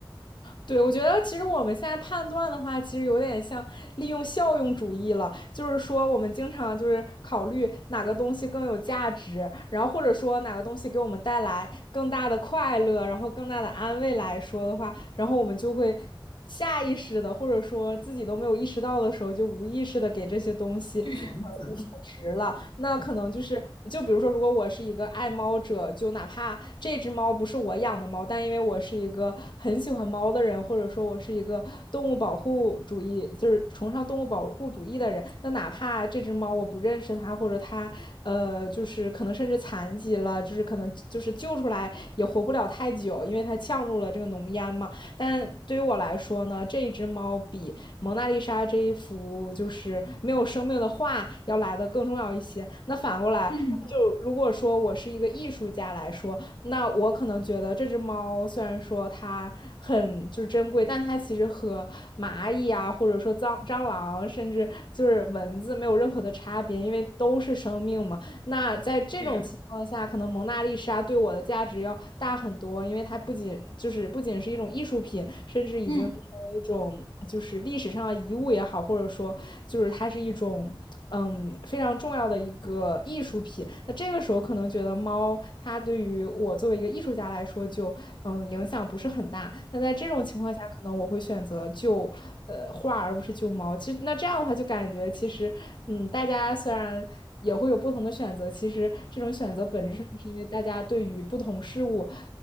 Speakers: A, on the left; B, on the left.
A: 对，我觉得其实我们现在判断的话，其实有点像利用效用主义了，就是说我们经常就是考虑哪个东西更有价值，然后或者说哪个东西给我们带来更大的快乐，然后更大的安慰来说的话，然后我们就会下意识的，或者说自己都没有意识到的时候，就无意识的给这些东西，
B: 去选择。
A: 呃，赋值了。那可能就是，就比如说，如果我是一个爱猫者，就哪怕这只猫不是我养的猫，但因为我是一个很喜欢猫的人，或者说我是一个动物保护主义，就是崇尚动物保护主义的人，那哪怕这只猫我不认识它，或者它，呃，就是可能甚至残疾了，就是可能就是救出来也活不了太久，因为它呛入了这个浓烟嘛。但对于我来说呢，这一只猫比蒙娜丽莎这一幅就是没有生命的画要来的更重要一些。那反过来，
B: 嗯，
A: 就如果说我是一个艺术家来说，那我可能觉得这只猫虽然说它很就是珍贵，但它其实和蚂蚁啊，或者说蟑蟑螂，甚至就是蚊子没有任何的差别，因为都是生命嘛。那在这种情况下，
B: 对，
A: 可能蒙娜丽莎对我的价值要大很多，因为它不仅就是不仅是一种艺术品，甚至已经成为一种就是历史上的遗物也好，
B: 嗯，
A: 或者说就是它是一种嗯非常重要的一个艺术品。那这个时候可能觉得猫它对于我作为一个艺术家来说就嗯影响不是很大。那在这种情况下，可能我会选择救呃画而不是救猫。其实那这样的话就感觉其实嗯大家虽然。也会有不同的选择。其实这种选择本质上是因为大家对于不同事物，